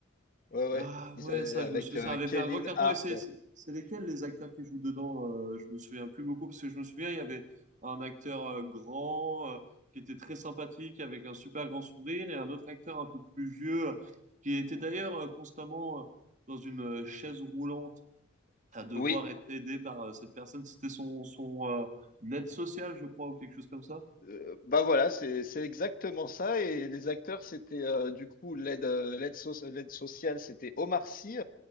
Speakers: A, on the left; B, on the right.
A: Ouais, ouais,
B: Ah
A: ils
B: ouais,
A: avaient-
B: ça,
A: avec
B: je me souviens,
A: euh,
B: ça avait
A: Kevin
B: fait un gros carton,
A: Hart.
B: et c'est c'est- c'est lesquels les acteurs qui jouent dedans? euh, je me souviens plus beaucoup, parce que je me souviens, il y avait un acteur euh, grand, euh, qui était très sympathique, avec un super grand sourire, et un autre acteur un peu plus vieux, euh, qui était d'ailleurs euh, constamment euh, dans une euh, chaise roulante. à devoir
A: Oui,
B: être aidé par euh, cette personne. C'était son, son euh, aide sociale, je crois, ou quelque chose comme ça.
A: euh, bah voilà, c'est c'est exactement ça. Et les acteurs, c'était euh, du coup l'aide euh, l'aide soc- l'aide sociale, c'était Omar Sy.